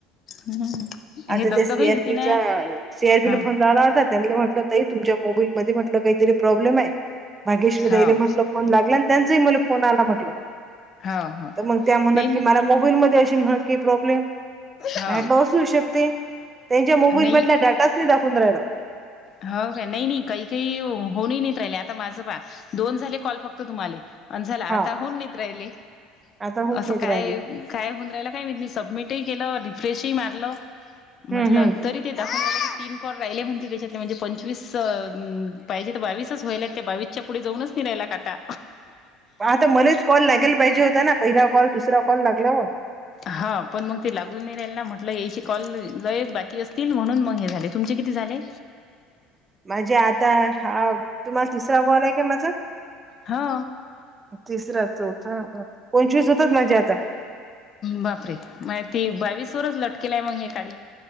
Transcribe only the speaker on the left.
हम्म.
हे दगदगही
होती ना
हा
हो
हो हो
नाही ना
हो
नाही
हो का नाही नाही काही काही होन नाहीत राहिले आता माझं पाहा दोन झाले कॉल फक्त तुम्हाला प झाला
आता होऊन नाहीत राहिले.
असं
काय?
काय होऊन राहिल काय मी सबमिट केलं रिफ्रेशही मारलं म्हटलं
तरी दाखव तीनर राहिले म्ह त्याच्यातले म्हणजे पंचवीस पाहिजे तर बावीसच व्हाल त्या बावीसच्या पुढे जाऊनच नि राहिला काटा.
हा पण मग ते लागून नाही राहील ना म्हटलं यायचे कॉल ल एक बाकी असतील म्हणून मग हे झाले तुमचे किती झाले?
हा.
बापरे मग ते बावीस वरच लटकेलय मग हे काढ